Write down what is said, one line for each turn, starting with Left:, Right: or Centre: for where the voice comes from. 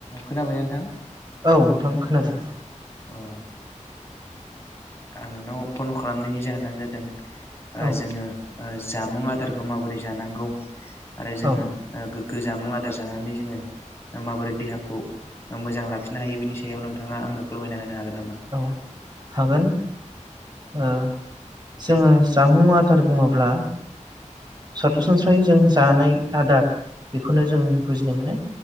Left: खोनाबाय ना नोंथां?
Right: औ नोंथां खोनादों।
Left: औ ओ आं नोंनाव फन खालामनायनि जाहोनानो जादों ओ
Right: औ
Left: जोङो ओ जामुं आदारखौ माबोरै जानांगौ आरो जोङो
Right: औ
Left: ओ गोग्गो जामुं आदार जानानै जोङो माबोरै देहाखौ मोजां लाखिनो हायो बिनि सायाव नोंथाङा आंनो फोरमायना होनो हागोन नामा?
Right: औ हागोन ओ जोङो जामुं आदार बुङोब्ला सरासनस्रायै जों जानाय आदार बेखौनो जों बुजिनो मोनो।